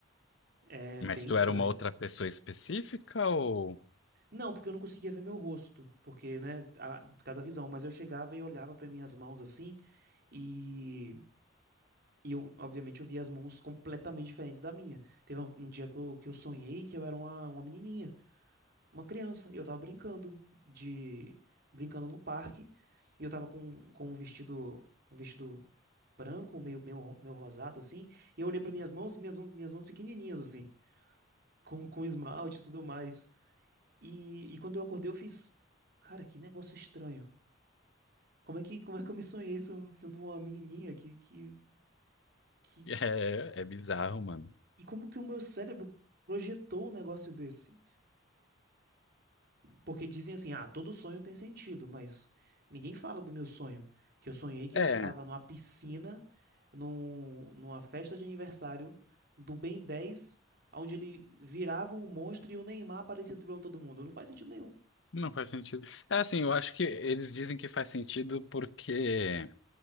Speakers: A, on the right; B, on the left.
A: É
B: Mas
A: bem
B: tu
A: estranho.
B: era uma outra pessoa específica ou.
A: Não, porque eu não
B: <laughs>
A: conseguia ver meu rosto, porque, né, a, por causa da visão, mas eu chegava e olhava pra minhas mãos assim e E eu, obviamente, eu via as mãos completamente diferentes da minha. Teve um, um dia que eu, que eu sonhei que eu era uma, uma menininha, uma criança, e eu tava brincando de brincando no parque, e eu tava com, com um vestido um vestido branco, meio, meio, ro- meio rosado assim, e eu olhei para minhas mãos, e minhas, mãos- minhas mãos pequenininhas assim, com, com esmalte e tudo mais. E, e quando eu acordei, eu fiz, cara, que negócio estranho. Como é que, como é que eu me sonhei sendo sendo uma menininha? Que, que, que
B: É, é bizarro, mano.
A: E como que o meu cérebro projetou um negócio desse? Porque dizem assim, ah, todo sonho tem sentido, mas ninguém fala do meu sonho. Que eu sonhei que
B: É,
A: eu estava numa piscina, num, numa festa de aniversário do Ben dez, onde ele virava um monstro e o Neymar aparecia driblando todo mundo. Não faz sentido nenhum.
B: não faz sentido. É assim, eu acho que eles dizem que faz sentido porque.